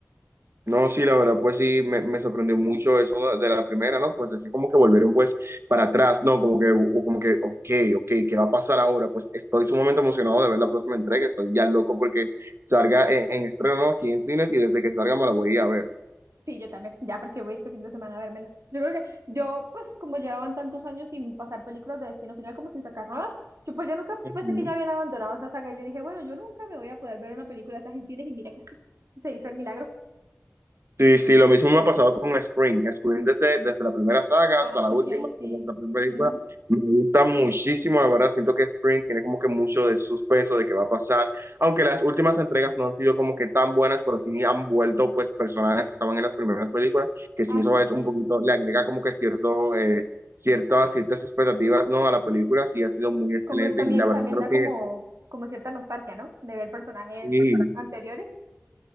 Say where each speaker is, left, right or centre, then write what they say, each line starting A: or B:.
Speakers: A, on the right; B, on the right.
A: No, sí, la verdad, pues sí, me, me sorprendió mucho eso de, de la primera, ¿no? Pues así como que volvieron pues para atrás, ¿no? Como que, o como que, ok, ok, ¿qué va a pasar ahora? Pues estoy sumamente emocionado de ver la próxima entrega, estoy ya loco porque salga en, en estreno, ¿no? aquí en cines y desde que salga me la voy a ir a ver.
B: Sí, yo también, ya porque voy este fin de semana a vérmela. Yo creo que yo, pues como llevaban tantos años sin pasar películas de Destino Final como sin sacar nuevas, yo pues yo nunca
A: Ujú.
B: yo pensé que ya habían abandonado esa saga. Yo dije, bueno, yo nunca me voy a poder ver una película de esas en cines y mira que sí, se hizo el milagro.
A: Sí, sí, lo mismo me ha pasado con Scream. Scream desde, desde la primera saga
B: Ah,
A: hasta la
B: Ok,
A: última,
B: sí.
A: como esta primera película,
B: Ujú.
A: me gusta muchísimo, la verdad. Siento que Scream tiene como que mucho de suspenso de qué va a pasar. Aunque las últimas entregas no han sido como que tan buenas, pero sí han vuelto pues personajes que estaban en las primeras películas, que
B: Ah,
A: sí eso
B: sí,
A: es
B: sí.
A: un poquito, le agrega como que cierto, eh, ciertas, ciertas expectativas, ¿no? A la película, sí ha sido muy excelente
B: Como también,
A: y la verdad
B: también
A: creo
B: da
A: que
B: como, como cierta nostalgia, ¿no? De ver personajes
A: sí,
B: anteriores.